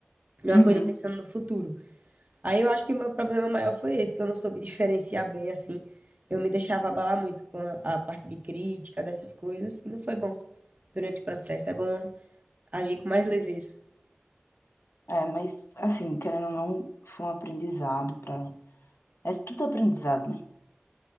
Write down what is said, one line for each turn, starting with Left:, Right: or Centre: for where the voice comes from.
Right: Não
Left: Uhum.
Right: é uma coisa pensando no futuro. Aí eu acho que o meu problema maior foi esse, que eu não soube diferenciar bem, assim. Eu me deixava abalar muito com a, a parte de crítica, dessas coisas, e não foi bom durante o processo. É bom agir com mais leveza.
Left: É, mas assim, querendo ou não, foi um aprendizado para. É tudo aprendizado, né?